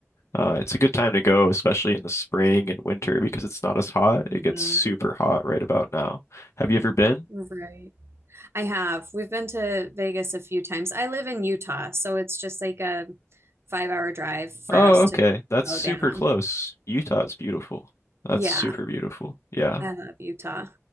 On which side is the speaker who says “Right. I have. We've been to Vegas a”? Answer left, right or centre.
Right